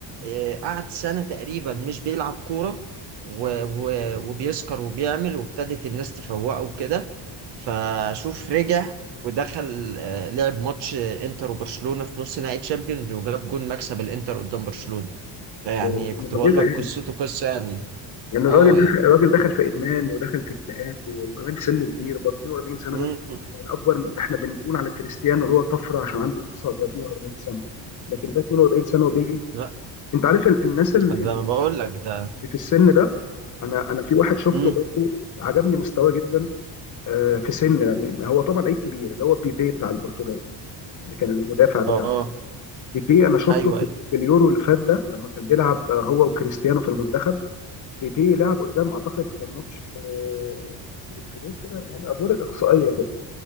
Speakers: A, on the right; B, on the left.
A: آه قعد سنة تقريبا مش بيلعب كورة و... و... وبيسكر وبيعمل وابتدت الناس تفوقه وكده فشوف رجع ودخل آه لعب ماتش آه، انتر وبرشلونة في نص نهائي تشامبيونز وجاب جون مكسب الانتر قدام برشلونة فيعني
B: ده ده
A: كنت
B: معجزه
A: بقول لك
B: يعني
A: قصته قصة يعني
B: يعني الراجل
A: اه
B: دخل
A: يعني
B: الراجل دخل في ادمان ودخل في اكتئاب وكمان في سنه كبير برضه 42 سنه
A: مم.
B: ده يعني اكبر من ده احنا بنقول على كريستيانو اللي هو طفره عشان عنده 39 و40 سنه لكن ده 42 سنه وبيجري
A: لا
B: انت عارف ال- الناس ال-
A: ده
B: اللي
A: انا بقول لك ده
B: في السن ده انا انا في واحد شفته
A: مم.
B: برضه عجبني مستواه جدا آه، في سن هو طبعا لعيب كبير اللي هو بيبي بتاع البرتغال اللي كان المدافع بتاعنا
A: اه آه.
B: بيبي انا شفته
A: ايوه
B: في
A: أيوه.
B: في اليورو اللي فات ده لما كان بيلعب هو وكريستيانو في المنتخب بيبي لعب قدام اعتقد كان ماتش آه، في دور كده يعني ادوار الاقصائيه كده